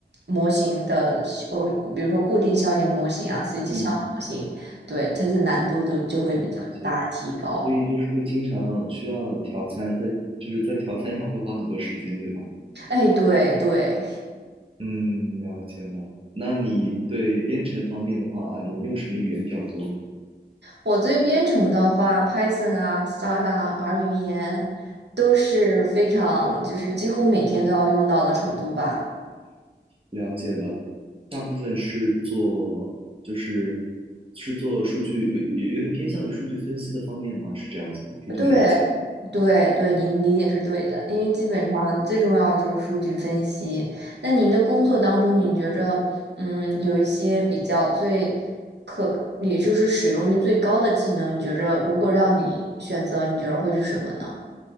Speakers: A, on the right (about 70°); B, on the right (about 30°).
A: 模型的效，呃比如说固定效应模型啊，随机效应模型。
B: 嗯，
A: 对，它是难度就就会比较大提高。
B: 了解。所以就是会经常需要调参，在就是在调参上会花很多时间，对吗？
A: 哎，对对，
B: 嗯，了解了。那你对编程方面的话，你们用什么语言比较多呢？
A: 我对编程的话，Python 啊、s c a t a 啊、R 语言都是非常，就是几乎每天都要用到的程度吧。
B: 了解了，大部分是做就是是做数据，有有有点偏向于数据分析的方面吗？是这样子吗？可以这么理解吗？
A: 对对对，您理解是对的，因为基本上最重要的就是数据分析。那您的工作当中，你觉着嗯有一些比较最可，也就是使用率最高的技能，你觉着如果让你选择，你觉着会是什么呢？